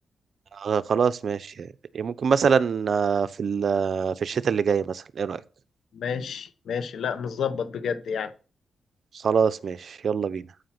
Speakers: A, on the right; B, on the left.
A: آه خلاص ماشي إيه، ممكن مثلا آه، في ال- آه، في الشتاء اللي جاي مثلا ايه رايك
B: ماشي ماشي لا نظبط بجد يعني
A: خلاص ماشي يلا بينا